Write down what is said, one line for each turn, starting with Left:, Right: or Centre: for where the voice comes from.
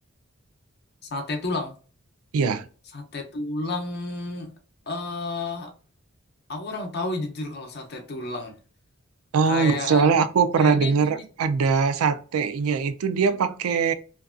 Left: sate tulang,
Right: Iya.
Left: sate tulang. Eh, aku orang tahu jujur kalau sate tulang.
Right: Oh,
Left: Kayak
Right: gitu. soalnya aku pernah
Left: kayaknya
Right: dengar
Left: itu ini sih.
Right: ada satenya itu dia pakai